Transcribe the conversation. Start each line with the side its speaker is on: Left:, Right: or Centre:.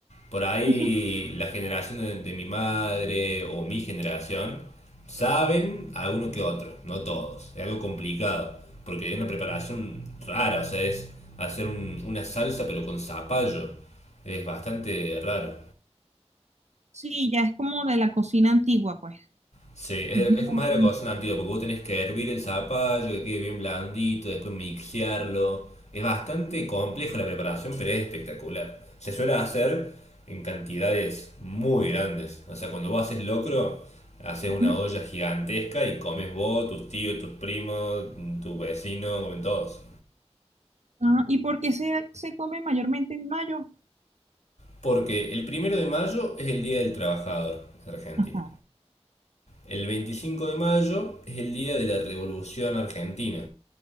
Left: por ahí
Right: <laughs>
Left: las generaciones de, de mi madre o mi generación saben a uno que otro, no todos. Es algo complicado, porque hay una preparación rara, o sea, es hacer un- una salsa pero con zapallo. Es bastante raro.
Right: Sí, ya es como de la cocina antigua, pues.
Left: Sí, es,
Right: Es muy-
Left: es más de la cocción antigua, porque vos tenés que hervir el zapallo, que quede bien blandito, después mixearlo. Es bastante complejo la preparación, pero es espectacular. Se suele hacer en cantidades muy grandes. O sea, cuando vos haces locro, haces una
Right: ujú.
Left: olla gigantesca y comes vos, tus tíos, tus primos, tu vecino, comen todos.
Right: Ah, ¿y por qué se, se come mayormente en mayo?
Left: Porque el primero de mayo es el Día del Trabajador en Argentina.
Right: Ajá.
Left: El 25 de mayo es el Día de la Revolución Argentina